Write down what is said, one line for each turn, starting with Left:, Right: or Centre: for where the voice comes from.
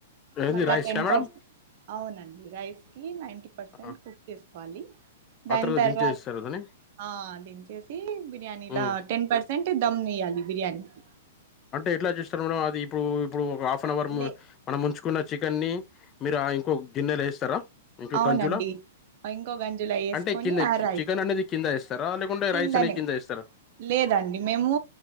Left: ఏది
Right: మళ్ళా
Left: రైస్
Right: టెన్
Left: క మేడం
Right: పర్సెంట్ అవునండి రైస్కి నైంటీ పర్సెంట్
Left: ఆ
Right: కుక్ చేసుకోవాలి దాని
Left: ఆ తర్వాత
Right: తర్వాత్
Left: దించేస్తారు దాన్ని
Right: ఆ దించేసి బిర్యానీలా
Left: ఉమ్
Right: టెన్ పర్సెంట్ దమ్ ఇయ్యాలి బిర్యానీకి
Left: అంటే ఎట్లా చేస్తారు మేడం అది ఇప్పుడు ఇప్పుడు ఒక హాఫ్ అన్ అవర్ ము
Right: లే
Left: మనం ముంచుకున్న చికెన్ని మీరు ఆ ఇంకో గిన్నెలో ఎయిస్తారా ఇంకో
Right: అవునండి
Left: గంజులో
Right: ఇంకో గంజులో వేసుకొని
Left: అంటే కింద
Right: ఆ రైస్
Left: చికెన్ అనేది కింద ఏస్తారా లేకుంటే
Right: కిందనే
Left: రైస్ అనేది కింద ఇస్తారా
Right: లేదండి మేము